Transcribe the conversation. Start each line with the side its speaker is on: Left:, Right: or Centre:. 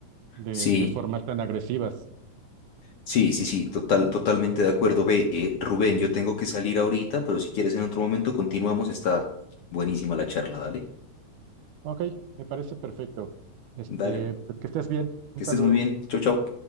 Right: De,
Left: Sí,
Right: de formas tan agresivas.
Left: sí, sí, sí, total, totalmente de acuerdo. Ve, eh, Rubén, yo tengo que salir ahorita, pero si quieres en otro momento continuamos, está buenísima la charla, dale,
Right: Ok, me parece perfecto. Este,
Left: dale,
Right: pues que estés bien. Un
Left: que
Right: saludo.
Left: estés muy bien, chau, chau.